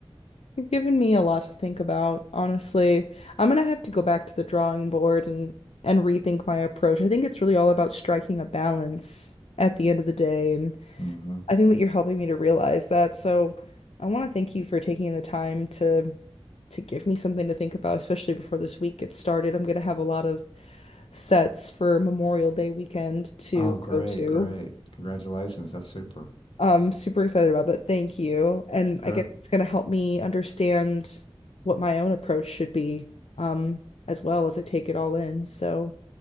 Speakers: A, on the left (about 85°); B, on the left (about 60°).
A: You've given me a lot to think about, honestly. I'm gonna have to go back to the drawing board and and rethink my approach. I think it's really all about striking a balance at the end of the day and
B: hmm
A: I think that you're helping me to realize that. So I want to thank you for taking the time to to give me something to think about, especially before this week gets started. I'm going to have a lot of sets for Memorial Day weekend to
B: Oh, great,
A: go to.
B: great. Congratulations. That's super.
A: I'm super excited about that. Thank you. And
B: Sure.
A: I guess it's going to help me understand what my own approach should be, um, as well as I take it all in. So